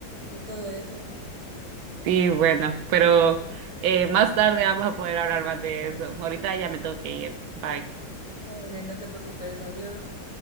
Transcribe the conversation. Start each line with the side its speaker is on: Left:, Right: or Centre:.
Left: y todo eso.
Right: Sí, bueno, pero eh, más tarde vamos a poder hablar más de eso. Ahorita ya me tengo que ir. Bye.
Left: Dale, no te preocupes, adiós.